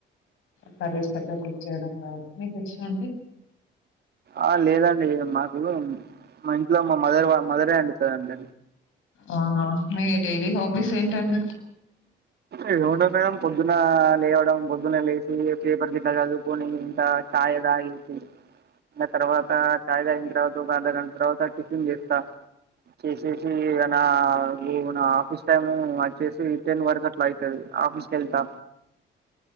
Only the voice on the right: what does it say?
ఆ లేదండి మాకు మా ఇంట్లో మా మదర్ మదరే అండి పెడతది
ఏముంటది మేడమ్ పొద్దున లేవడం పొద్దున లేసి పేపర్ గిట్ట చదువుకొని ఇంత ఛాయ్ తాగేసి తర్వాత ఛాయ్ తాగిన తర్వాత ఒక అర్ధ గంట తర్వాత టిఫిన్ చేస్తా చేసేసి అ నా నా ఆఫీస్ టైమ్ వచ్చేసి టెన్ వరకు యితది ఆఫీసుకెళ్తా